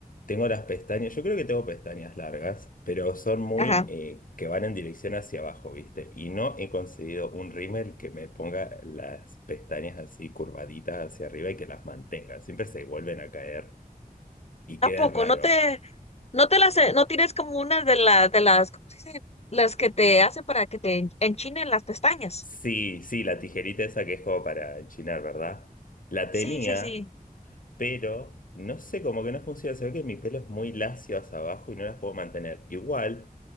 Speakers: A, on the left; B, on the left.
A: tengo las pestañas, yo creo que tengo pestañas largas, pero son muy
B: Ajá.
A: eh, que van en dirección hacia abajo, ¿viste? Y no he conseguido un rímel que me ponga las pestañas así curvaditas hacia arriba y que las mantenga. Siempre se vuelven a caer y queda
B: ¿A poco?
A: raro.
B: ¿No te, no te las, no tienes como una de las, de las, ¿cómo se dice? Las que te hacen para que te en- enchinen las pestañas.
A: Sí, sí, la tijerita esa que es como para enchinar, ¿verdad? La tenía.
B: Sí, sí, sí.
A: pero no sé, como que no funciona. Se ve que mi pelo es muy lacio hacia abajo y no las puedo mantener. Igual,